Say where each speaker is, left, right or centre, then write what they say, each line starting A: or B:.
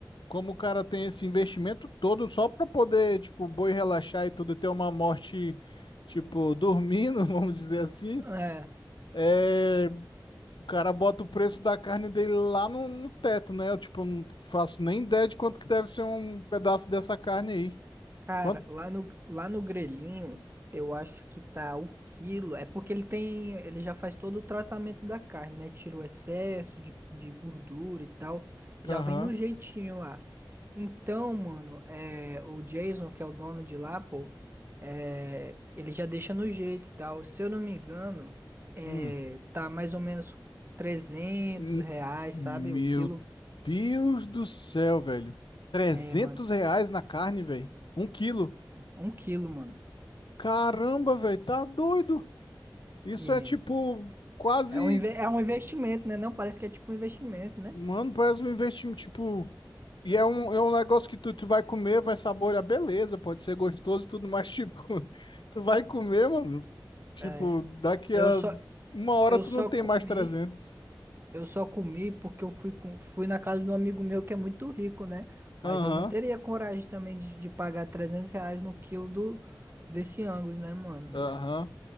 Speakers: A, on the left; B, on the right.
A: como o cara tem esse investimento todo só para poder, tipo, o boi relaxar e tudo, e ter uma morte, tipo, dormindo, <laughs> vamos dizer assim,
B: É.
A: é, O cara bota o preço da carne dele lá no, no teto, né? Eu, tipo, eu não faço nem ideia de quanto que deve ser um pedaço dessa carne aí.
B: Cara,
A: Quanto?
B: lá no, lá no grelhinho, eu acho que tá o quilo. É porque ele tem, ele já faz todo o tratamento da carne, né? Tira o excesso de, de gordura e tal. Já
A: Aham.
B: vem no jeitinho lá. Então, mano, é, o Jason, que é o dono de lá, pô, é, ele já deixa no jeito e tal. Se eu não me engano, é,
A: Hum.
B: tá mais ou menos trezentos
A: Hum.
B: reais,
A: Meu
B: sabe? O quilo.
A: Deus do céu, velho. Trezentos
B: É, mano,
A: reais na carne, velho. Um quilo.
B: um quilo, mano.
A: Caramba, velho. Tá doido. Isso
B: É.
A: é tipo quase.
B: É um, inve- é um investimento, né? Não parece que é tipo um investimento, né?
A: Mano, parece um investimento. Tipo, E é um, é um negócio que tu, tu vai comer, vai saborear, beleza, pode ser gostoso e tudo, mas tipo, <laughs> tu vai comer, mano, tipo,
B: É.
A: daqui
B: Eu
A: a
B: só,
A: uma hora
B: eu
A: tu
B: só
A: não tem
B: comi,
A: mais trezentos
B: eu só comi porque eu fui, com- fui na casa de um amigo meu que é muito rico, né? Mas
A: Aham,
B: eu não teria coragem também de, de pagar 300 reais no quilo do, desse Angus, né, mano?
A: aham.